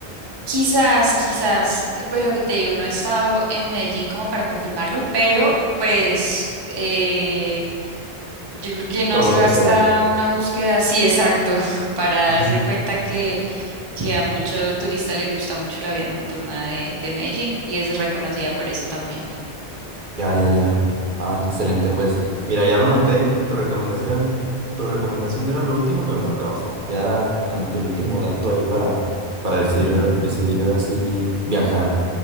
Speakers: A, on the right (about 30°); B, on the right (about 50°).
A: Quizás, quizás, eh, pues lo que te digo, no he estado en Medellín como para confirmarlo, pero pues eh, yo creo que no
B: por
A: hace
B: lo
A: basta
B: que se ve.
A: una búsqueda así exacto <laughs> para
B: Ajá.
A: darse cuenta que, que a mucho turista le gusta mucho la vida nocturna de, de Medellín y es reconocida por eso también.
B: Ya, ya, ya. Ah, excelente, pues. Mira, ya lo noté. Tu recomendación, tu recomendación era lo último que me faltaba. O sea, ya era como que el último dato ahí para, para decidir, decidir así viajar.